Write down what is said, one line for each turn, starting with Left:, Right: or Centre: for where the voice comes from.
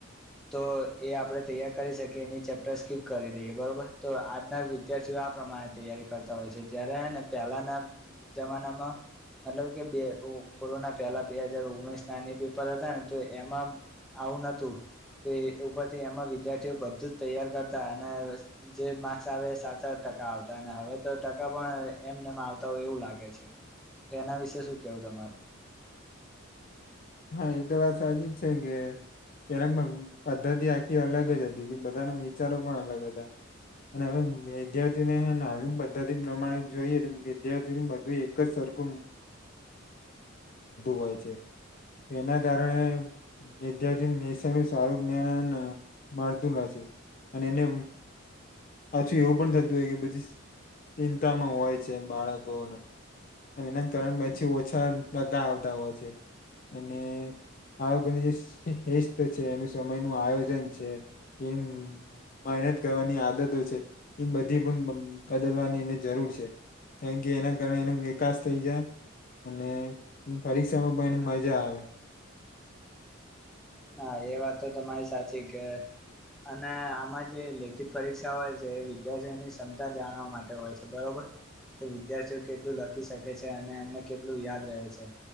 Centre: તો એ આપડે તૈયાર કરી શકીએ ને ઈ ચેપ્ટરસ સ્કીપ કરી દઈએ, બરોબર. તો આજના વિદ્યાર્થીઓ આ પ્રમાણે તૈયારી કરતા હોય છે, જયારે હેને પહેલાના જમાનામાં મતલબ કે બે કોરોના પહેલા બે હજાર ઓગણીસના ને પેપર હતા ને તો તો એમાં આમ આવું નતું તો એ ઉપરથી એમાં વિદ્યાર્થીઓ બધું જ તૈયાર કરતા અને જે માર્ક્સ આવે એ સાચા ટકા આવતા અને હવે તો ટકા પણ એમ નેમ આવતા હોય એવું લાગે છે. તો એના વિશે શું કેવું તમારું?
Left: હા, એ તો વાત સાચી જ છે કે પેલા પદ્ધતિ આખી અલગ જ હતી, કે બધાના વિચારો પણ અલગ હતા. અને હવે વિદ્યાર્થીઓને નવીન પદ્ધતિ પ્રમાણે જોઈએ, તો વિધાર્થીનું બધું એક જ સર <inaudible> થતું હોય છે. તો એના કારણે વિદ્યાર્થી નિશયનું સારું જ્ઞાન ન મળતું નથી. અને એને પાછું એવું પણ થતું હોય કે પછી ચિંતામાં હોય છે, બાળકોન અન એના કારણ પછી ઓછા ટકા આવતા હોય છે. અને બાળકોની જે શિસ્ત છે, એનું સમયનું આયોજન છે. એમ મહેનત કરવાની આદતો છે, ઈ બધી પણ બદલવાની એને જરૂર છે. કારણ કે એના કારણે એને વિકાસ થઈ જાય અને પરીક્ષામાં પણ એન મજા આવે.
Centre: હા, એ વાત તો તમારી સાચી કે અને આમાં જે લેખિત પરીક્ષા હોય છે, એ વિદ્યાર્થીઓની ક્ષમતા જાણવા માટે હોય છે, બરોબર? કે વિદ્યાર્થીઓ કેટલું લખી શકે છે અને એમને કેટલું યાદ રહે છે.